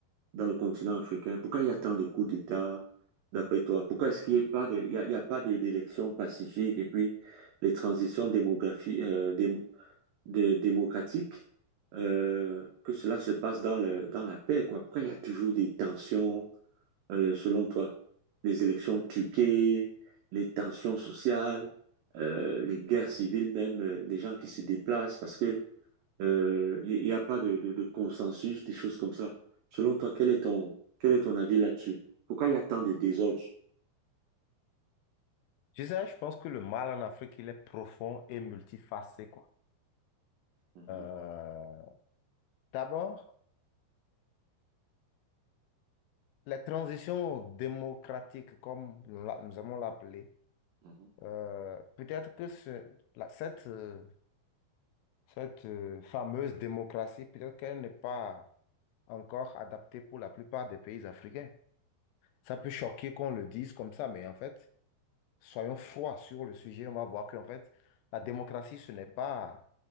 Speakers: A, on the right; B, on the left.
A: dans le continent africain? Pourquoi il y a tant de coups d'État, d'après toi? Pourquoi est-ce qu'il n'y a pas de, il y a, il y a pas de- d'élections pacifiques et puis les transitions démographiques, euh, dé- de- démocratiques, euh, que cela se passe dans le, dans la paix, quoi? Pourquoi il y a toujours des tensions, euh, selon toi? Les élections truquées, les tensions sociales, euh, les guerres civiles même, euh, les gens qui se déplacent parce que euh, Il n'y a pas de, de, de consensus, des choses comme ça. Selon toi, quel est ton, quel est ton avis là-dessus? Pourquoi il y a tant de désordre?
B: Je sais, je pense que le mal en Afrique, il est profond et multifacé, quoi.
A: Mhm,
B: Euh, d'abord, les transitions démocratiques, comme nous l'a- nous allons l'appeler,
A: mhm.
B: Euh, peut-être que ce- la- cette, euh, cette euh, fameuse démocratie, peut-être qu'elle n'est pas encore adaptée pour la plupart des pays africains. Ça peut choquer qu'on le dise comme ça, mais en fait, soyons froids sur le sujet. On va voir qu'en fait, la démocratie, ce n'est pas...